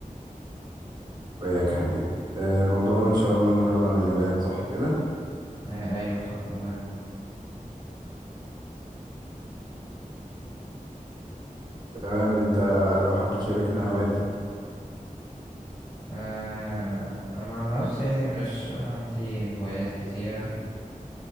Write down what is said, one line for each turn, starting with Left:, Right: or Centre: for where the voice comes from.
Right: وإياك يا حبيبي آه، موضوعنا إن شاء الله النهاردة عن الهوايات صح كده؟
Left: آه ايوه صح الله ينور
Right: تمام أنت لو حابب تشاركنا هواياتك
Left: آه انا عن نفسي مش عندي هوايات كتيرة